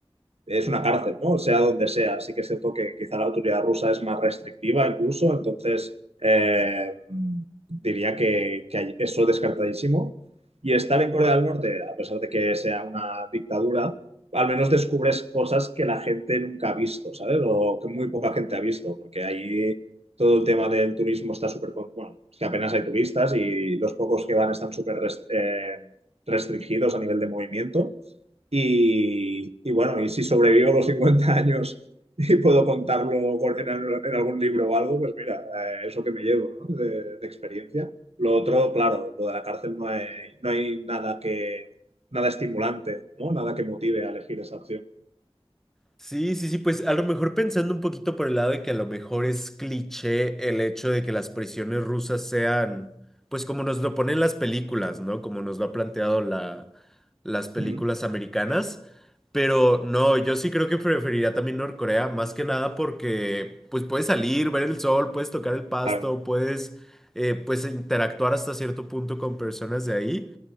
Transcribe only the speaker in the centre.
Sí, sí, sí, pues a lo mejor pensando un poquito por el lado de que a lo mejor es cliché el hecho de que las prisiones rusas sean, pues como nos lo ponen las películas, ¿no? Como nos lo ha planteado la, las películas
americanas. Pero no, yo sí creo que preferiría también Norcorea, más que nada porque pues puedes salir, ver el sol, puedes tocar el pasto,
puedes eh, pues interactuar hasta cierto punto con personas de ahí.